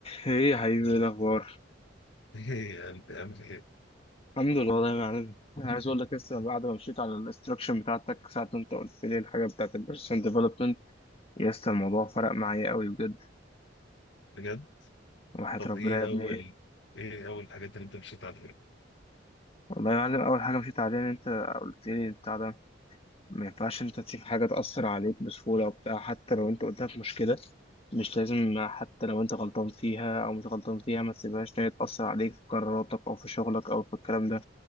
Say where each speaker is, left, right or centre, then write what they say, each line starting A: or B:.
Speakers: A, on the left (about 30°); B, on the left (about 65°).
A: ايه يا حبيبي ايه الاخبار
B: ايه يعني بتعمل ايه
A: الحمد لله والله يا معلم انا عايز اقول لك لسه بعد ما مشيت على الاستراكشن بتاعتك ساعه ما انت قلت لي الحاجه بتاعت البيرسون ديفلوبمنت يا اسطى الموضوع فرق معايا قوي بجد
B: بجد
A: وحياة
B: طب
A: ربنا
B: ايه
A: يا ابني
B: اول ايه اول الحاجات اللي انت مشيت عليها
A: والله يا معلم اول حاجه مشيت عليها ان انت قلت لي بتاع ده ما ينفعش انت تسيب حاجه تاثر عليك بسهوله وبتاع حتى لو انت قدامك مشكله مش لازم حتى لو انت غلطان فيها او مش غلطان فيها ما تسيبهاش ان هي تاثر عليك في قراراتك او في شغلك او في الكلام ده